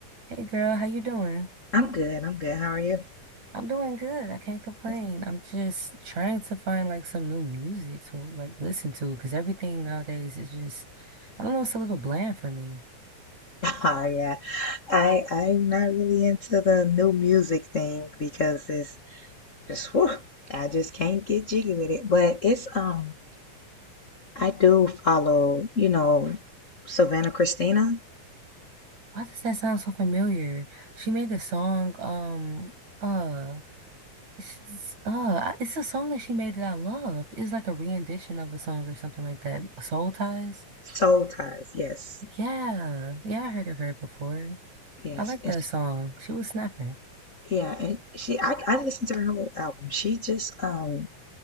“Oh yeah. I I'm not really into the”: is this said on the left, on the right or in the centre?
Left